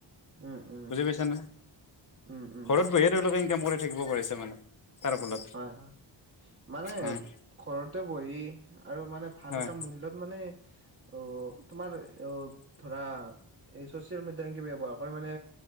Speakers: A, on the right; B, on the left.
A: উম উম
B: বুজি পাইছনে?
A: উম উম
B: ঘৰত বহি তেওঁলোকে ইনকাম কৰি থাকিব পাৰিছে মানে। তাৰ ফলত
A: হয় হয় মানে
B: হয়,
A: ঘৰতে বহি আৰু মানে ভাল
B: হয়,
A: এটা মূল্যত মানে অ তোমাৰ অ ধৰা এই চচিয়েল মিডিয়া এনকে ব্যৱহাৰ কৰে মানে